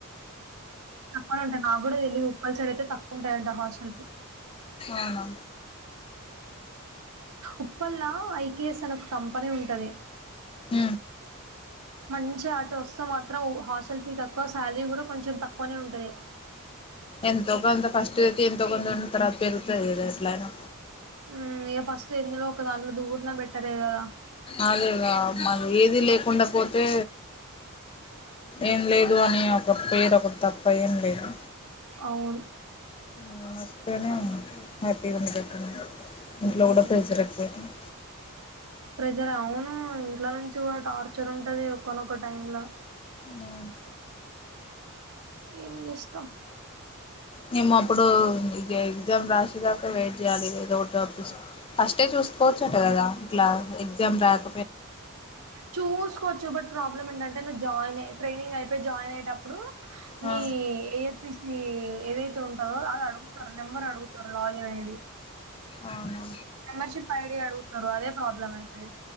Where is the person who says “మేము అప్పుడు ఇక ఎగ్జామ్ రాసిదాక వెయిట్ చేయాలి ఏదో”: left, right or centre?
Left